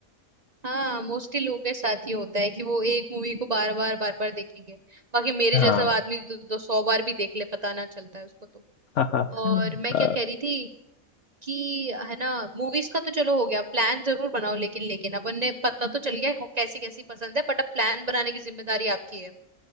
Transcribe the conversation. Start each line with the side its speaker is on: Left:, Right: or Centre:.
Right: हाँ मोस्टली लोगों के साथ ही होता है कि वो एक मूवी को बार बार बार बार देखेंगे बाकी मेरे
Left: हाँ
Right: जैसा आदमी तो, तो सौ बार भी देख ले पता ना चलता है उसको तो
Left: <laughs> हाँ हाँ
Right: और मैं
Left: अ,
Right: क्या कह रही थी कि है ना मूवीज का तो चलो हो गया प्लान जरूर बनाओ लेकिन लेकिन अपन ने पता तो चल गया कैसी कैसी पसंद है बट अब प्लान बनाने की जिम्मेदारी आपकी है